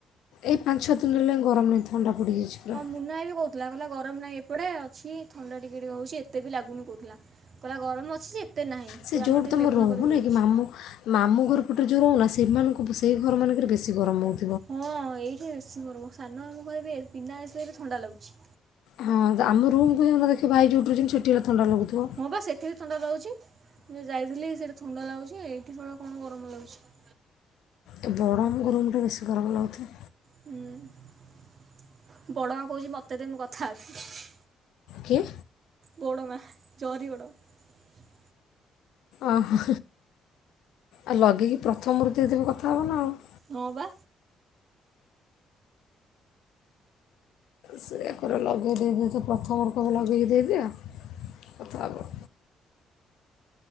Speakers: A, on the left; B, on the right.
A: ଏଇ ପାଞ୍ଚ ଛଅ ଦିନ ହେଲା ଗରମ ନାହିଁ। ଥଣ୍ଡା ପଡିଯାଇଚି ପୁରା।
B: ହଁ <unintelligible> ଗରମ ନାହିଁ ଏପଟେ ଅଛି ଥଣ୍ଡା ଟିକେ ଟିକେ ହୋଉଚି। ଏତେ ବି ଲାଗୁନି କୋହୁଥିଲା। କହିଲା ଗରମ ଅଛି ଯେ ଏତେ ନାହିଁ
A: ସେ
B: ପୁରା ଆମର
A: ଯୋଉଠି
B: ଟିକେ
A: ତମେ
B: ମେଘୁଆ
A: ରହୁନ
B: କରିକି ରହୁଛି।
A: କି ମାମୁଁ ମାମୁଁ ଘରୁ <unintelligible> ସେମାନଙ୍କୁ ସେହି ଘର ମାନଙ୍କରେ ବେଶୀ ଗରମ ହୋଉ
B: ହଁ ଏଇଠି ବେଶୀ ଗରମ। ସାନ ମାମୁଁ କହିବେ ଏ ବିନା ଏସିରେ ବି ଥଣ୍ଡା ଲାଗୁଚି।
A: ହଁ ତ ଆମ ରୁମକୁୁ ଜାଉନ ଦେଖିବ ଭାଇ ଯୋଉଠି ରହୁଚନ୍ତି ସେଠି ଥଣ୍ଡା ଲାଗୁଥିବ
B: ହଁ ପା ସେଠି ବି ଥଣ୍ଡା ଲାଗୁଚି। ମୁଁ ଯାଇଥିଲି ସେଠି ଥଣ୍ଡା ଲାଗୁଚି ଏଇଠି କଣ ଗରମ ଲାଗୁଚି?
A: ତୋ ବଡ ମାମୁଁଙ୍କ ରୁମଟା ବେଶୀ ଗରମ ଲାଗୁଥୁବ?
B: ହୁଁ ବଡମା କୋହୁଚି ମତେ ଦେ ମୁଁ କଥା ହେବି। <unintelligible>
A: କିଏ?
B: ବଡମା ଚହରିଗଡ <unintelligible>
A: ଓହୋ ଆଉ ଲଗେଇକି ପ୍ରଥମରୁ ଦେଇଦେଲେ କଥା ହବ ନା ଆଉ।
B: ହଁ ପା।
A: ସେଇଆ କର ଲଗେଇ ଦେଇଦିଅ ତ ପ୍ରଥମରୁ କହିବ ଲଗେଇକ ଦେଇଦିଅ କଥା ହବ।